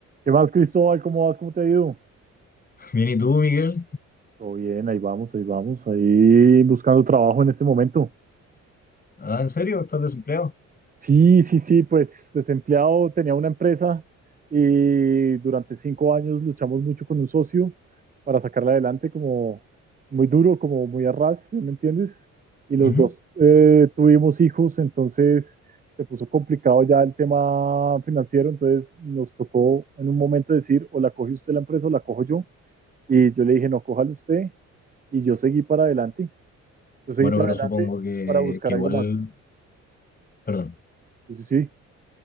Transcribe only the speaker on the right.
¿Qué más, Cristóbal? ¿Cómo vas? ¿Cómo te ha ido?
Todo bien, ahí vamos, ahí vamos, ahí buscando trabajo en este momento.
Sí, sí, sí, pues desempleado, tenía una empresa y durante cinco años luchamos mucho con un socio para sacarla adelante como muy duro, como muy a ras, ¿sí ¿me entiendes? Y los
dos eh, tuvimos hijos, entonces se puso complicado ya el tema financiero, entonces nos tocó en un momento decir, o la coge usted la empresa o la cojo yo. Y yo le dije, no, cójala usted. y yo seguí para adelante, yo seguí
para
adelante
para buscar
algo más.
Eso sí,